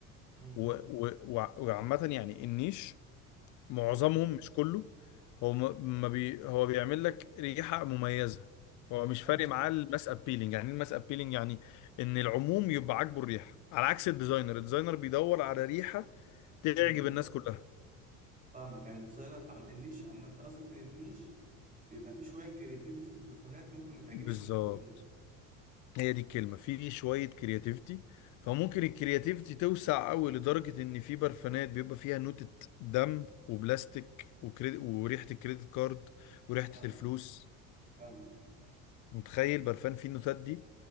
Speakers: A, on the right; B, on the left.
A: امم
B: و- و- وع- وعامة يعني النيش معظمهم
A: امم
B: مش كله هو م- ما بي هو بيعمل لك ريحة مميزة هو مش
A: فاهمك
B: فارق معاه الماس ابيلينج يعني ايه الماس ابيلينج يعني ان العموم يبقى عاجبه الريحة على عكس الديزاينر الديزاينر بيدور على ريحة تعجب
A: امم
B: الناس كلها
A: فاهمك يعني الديزاينر عم... النيش اما انت قصدك ان النيش بيبقى فيه شويه كرياتيفيتي في البرفانات ممكن ما تعجبش
B: بالظبط
A: الناس كلها
B: هي دي الكلمة في شوية كرياتيفيتي فممكن الكرياتيفيتي توسع قوي لدرجة ان في برفانات بيبقى فيها نوتة دم وبلاستيك وكريد... وريحة الكريدت كارد وريحة
A: فاهمك
B: الفلوس
A: فاهم
B: متخيل برفان فيه النوتات دي